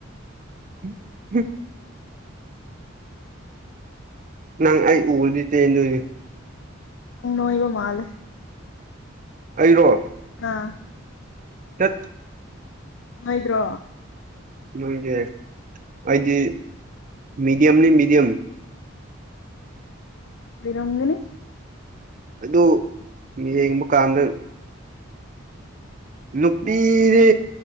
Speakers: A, on the right (about 40°); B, on the left (about 65°).
A: ꯎꯝ ꯎꯝ ꯅꯪ ꯑꯩ ꯎꯕꯗꯤ ꯆꯦꯟꯗꯣꯏꯅꯤ
B: ꯪ ꯅꯣ ꯏꯕ ꯃꯥꯂꯦ
A: ꯑꯩꯔꯣ
B: ꯑꯥ
A: ꯇꯠ
B: ꯍꯣꯏꯗ꯭ꯔꯣ
A: ꯅꯣꯏꯗꯤ ꯑꯩꯗꯤ ꯃꯤꯗꯤꯌꯝꯅꯤ ꯃꯤꯗꯤꯌꯝ
B: ꯑꯣꯏꯔꯉꯅꯤ
A: ꯑꯗꯨ ꯌꯦꯡꯕ ꯀꯥꯟꯗ ꯅꯨꯄꯤꯔꯦ